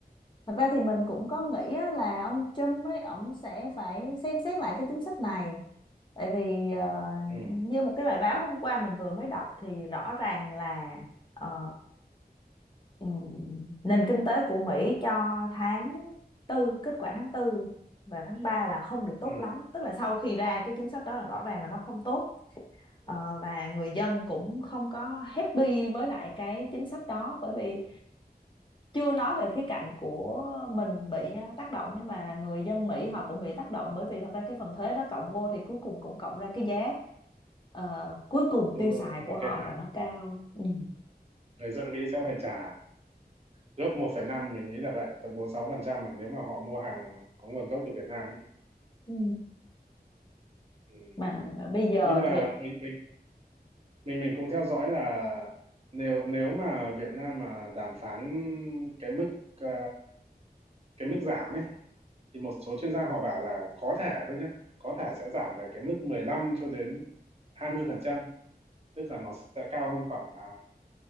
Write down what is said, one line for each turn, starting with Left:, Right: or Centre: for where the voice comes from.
Left: thật ra thì mình cũng có nghĩ á, là ông Trump ấy ông sẽ phải xem xét lại cái chính sách này. Tại vì ờ,
Right: Ừ.
Left: như một cái bài báo hôm qua mình vừa mới đọc thì rõ ràng là ờ, ừm, nền kinh tế của Mỹ cho tháng tư kết quả tháng tư và tháng 3 là không được tốt
Right: Ừ.
Left: lắm, tức là sau khi ra cái chính sách đó là rõ ràng là nó không tốt
Right: Đúng
Left: Ờ,
Right: rồi.
Left: và người dân cũng không có happy với lại cái chính sách đó bởi vì chưa nói về khía cạnh của mình bị nhá, tác động nhưng mà là người dân Mỹ họ cũng bị tác động bởi vì thật ra cái phần thuế đó cộng vô thì cuối cùng cũng cộng ra cái giá ờ, cuối cùng
Right: Đúng
Left: tiêu
Right: rồi.
Left: xài
Right: Cảm
Left: của
Right: ơn
Left: họ
Right: cái
Left: là nó cao ừ.
Right: người dân Mỹ sẽ phải trả gấp một phẩy năm mình nghĩ là vậy tận 46% mà nếu mà họ mua hàng có nguồn gốc từ Việt Nam ấy
Left: Ừ.
Right: ừ.
Left: mà bây giờ
Right: nhưng mà
Left: thì
Right: mình mình mình mình cũng theo dõi là nếu nếu mà Việt Nam mà đàm phán cái mức ờ, cái mức giảm ấy thì một số chuyên gia họ bảo là có thể thôi nhé có thể sẽ giảm về cái mức 15 cho đến hai mươi phần trăm tức là nó sẽ cao hơn khoảng là